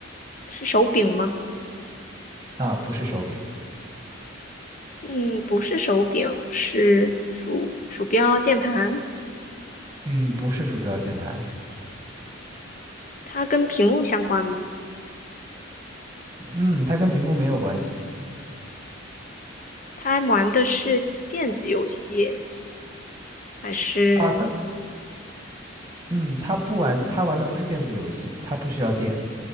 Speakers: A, on the left; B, on the right.
A: 是手柄吗？
B: 啊，不是手柄，
A: 嗯，不是手柄，是鼠鼠标、键盘。
B: 嗯，不是鼠标键盘，
A: 它跟屏幕相关吗？
B: 嗯，它跟屏幕没有关系
A: 它玩的是电子游戏还是
B: 啊，它，嗯，它不玩，它玩的不是电子游戏，它不需要电。